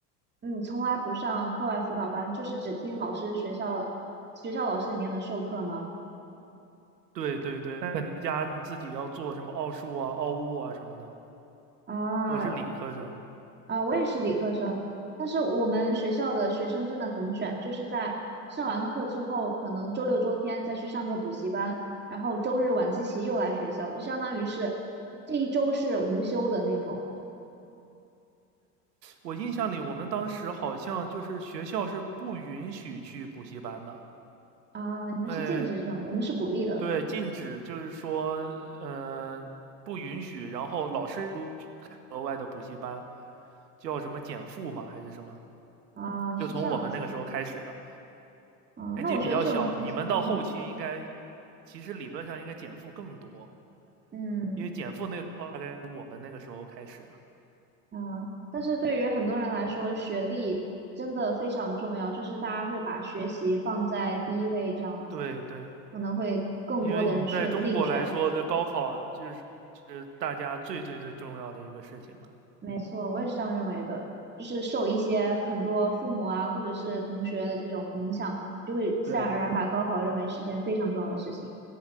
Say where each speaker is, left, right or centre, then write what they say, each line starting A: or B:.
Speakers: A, on the right; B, on the right.
A: 嗯，从来不上课外辅导班，就是只听老师学校学校老师里面的授课吗？
B: 对对对，但肯尼加你自己要做什么奥数啊、奥物啊什么的。
A: 啊
B: 我是理科生，
A: 啊，我也是理科生，但是我们学校的学生真的很卷，就是在上完课之后，可能周六周天再去上个补习班，然后周日晚自习又来学校，就相当于是这一周是无休的那种
B: 我印象里我们当时好像就是学校是不允许去补习班的，
A: 啊。你们是禁止这种，
B: 因为
A: 我们是鼓励的
B: 对，禁止就是说，呃，不允许，然后老师不开额外的补习班，叫什么减负嘛，还是什么？
A: 啊，
B: 就从我们那个时候开始的，
A: 是这样子啊。
B: 年纪比较小，
A: 那我觉得这种现象，
B: 你们到后期应该，
A: 嗯
B: 其实理论上应该减负更多，
A: 嗯。
B: 因为减负那个大概从我们那个时候开始的。
A: 嗯，但是对于很多人来说，学历真的非常重要，就是大家会把学习放在第一位，这样子
B: 对对，
A: 可能会更多的人去内卷。
B: 因为你在中国来说，这高考就是是大家最最最重要的一个事情了。
A: 没错，我也是这样认为的，就是受一些很多父母啊，或者是同学的这种影响，就会自然而然把高考认为是一件非常重要的事情。
B: 对，